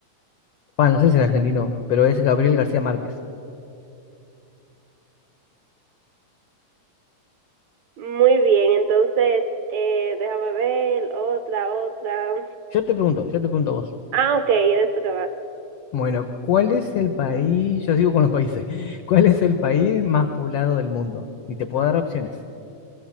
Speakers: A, on the left; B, on the right.
A: Bueno, no sé si es argentino, pero es Gabriel García Márquez.
B: muy bien, entonces eh, déjame ver, otra, otra.
A: Yo te pregunto, yo te pregunto a vos.
B: Ah, ok, eres tú que vas.
A: Bueno, ¿cuál es el país? Yo sigo con los países. <laughs> ¿Cuál es el país más poblado del mundo? Y te puedo dar opciones.